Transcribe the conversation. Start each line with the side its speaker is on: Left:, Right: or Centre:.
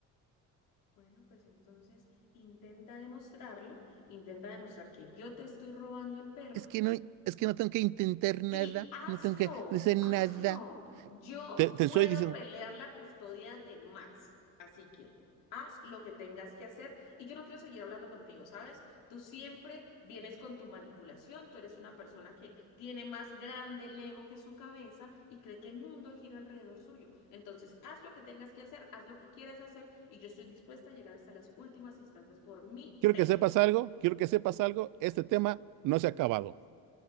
Left: Bueno, pues entonces intenta demostrarlo, intenta demostrar que yo te estoy robando al perro
Right: Es que no, es que no tengo que intentar nada,
Left: Y hazlo,
Right: no tengo que hacer nada.
Left: hazlo. Yo
Right: Te, te
Left: puedo
Right: estoy diciendo,
Left: pelear la custodia de Max. Así que haz lo que tengas que hacer. Y yo no quiero seguir hablando contigo, ¿sabes? Tú siempre vienes con tu manipulación. Tú eres una persona que tiene más grande el ego que su cabeza y cree que el mundo gira alrededor suyo. Entonces, haz lo que tengas que hacer, haz lo que quieras hacer. Y yo estoy dispuesta a llegar hasta las últimas instancias por mi
Right: quiero
Left: perro.
Right: que sepas algo, quiero que sepas algo, este tema no se ha acabado.